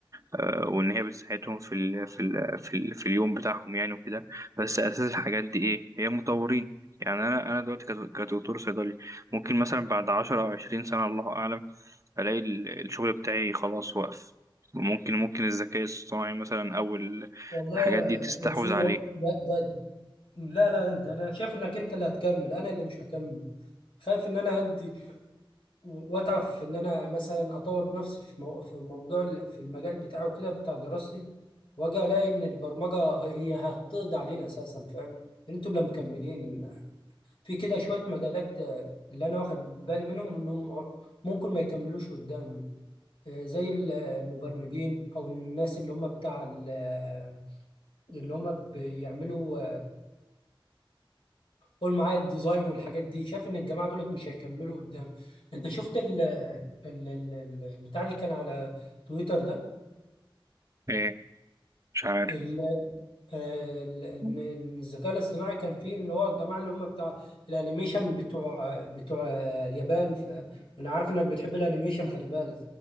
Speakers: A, on the right; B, on the left.
A: آه، وان هي بتساعدهم في ال في ال في, ال في اليوم بتاعهم يعني وكده بس اساس الحاجات دي ايه هي مطورين يعني انا انا دلوقتي كد- كدكتور صيدلي ممكن مثلا بعد عشرة او عشرين سنة الله اعلم الاقي ال- الشغل بتاعي خلاص وقف ممكن ممكن الذكاء الصناعي مثلا او ال-
B: والله
A: الحاجات
B: يا
A: دي تستحوذ
B: يا سولو
A: عليه
B: ده ده ده- لا لا ده انا شايف انك انت اللي هتكمل انا اللي مش هكمل خايف ان انا هدي واتعب في ان انا مثلا اطور نفسي في مو... في موضوع ال- في المجال بتاعه كده بتاع دراستي واجي الاقي ان البرمجه هي هتقضي علينا اساسا فاهم انتوا اللي مكملين في كده شويه مجالات آه، اللي انا واخد بالي منهم انهم ع- ممكن ما يكملوش قدام آه، زي ال- المبرمجين او الناس اللي هم بتاع ال- اللي هم بيعملوا قول معايا الديزاين والحاجات دي شايف ان الجماعه دولت مش هيكملوا قدام انت شفت ال ال- ال- ال- البتاع اللي كان على تويتر ده
A: ايه مش عارف
B: ال- آه، ال- ان
A: <laughs>
B: إن الذكاء الاصطناعي كان فيه اللي هو الجماعه اللي هم بتاع الانيميشن بتوع بتوع اليابان ف انا عارف انك بتحب الانيميشن خلي بالك